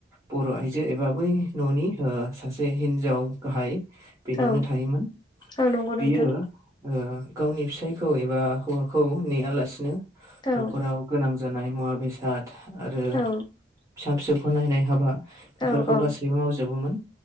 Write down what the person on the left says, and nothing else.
औ
औ नंगौ नोंथां
औ
औ
औ औ